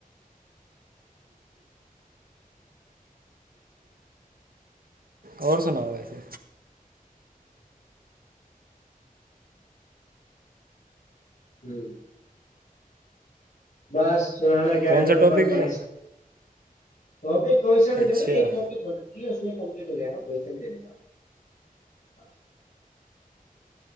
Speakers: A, on the right (about 80°); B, on the left (about 65°).
A: اور سناؤ ویسے
B: ہوں بس سنانا کیا
A: کون
B: حیدرتباد
A: سا ٹاپک
B: پڑے
A: لو
B: سے تو آپ پیسہ پہ لو
A: اچھا
B: ایک ٹپک ہوتا جی اس میں کمپلیٹ ہو جائے گا پیسے بھی لنے گا <inaudible>